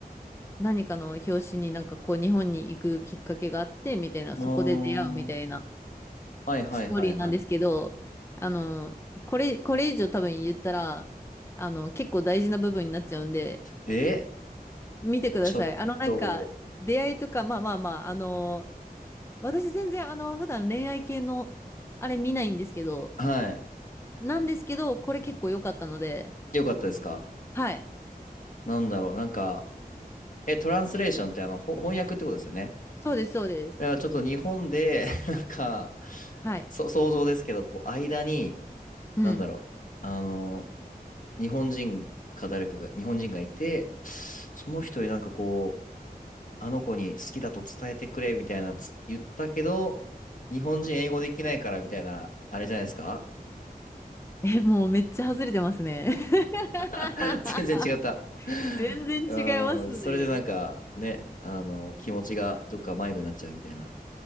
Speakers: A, on the left; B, on the left.
A: 何かの表紙になんかこう日本に行くきっかけがあってみたいな、
B: うん。
A: そこで出会うみたいな
B: ああ。はいはいはいはい。
A: ストーリーなんですけど、あの、これ、これ以上多分言ったら、あの、結構大事な部分になっちゃうんで、
B: え、
A: 見てください。
B: ちょっと、
A: あのなんか、出会いとか、まあまあまあ、あの、私全然あの、普段恋愛系のあれ見ないんですけど、
B: はい。
A: なんですけど、これ結構良かったので、
B: よかったですか
A: はい。
B: なんだろう。なんか、え、トランスレーションってあの、ほ翻訳ってことですよね。
A: そうです、そうです。
B: だからちょっと日本で、<laughs> なんか、
A: はい。
B: そ、想像ですけど、こう、間に、
A: うん。
B: なんだろう、あの、日本人か誰かが、日本人がいて、その人になんかこう、あの子に好きだと伝えてくれみたいなつ言ったけど、日本人英語できないからみたいな、あれじゃないですか
A: え、もうめっちゃ外れてますね。<laughs>
B: <laughs> 全然違った。
A: <laughs> 全然違いますね。
B: うん、それでなんかね、あの、気持ちがどっか迷子になっちゃうみたいな、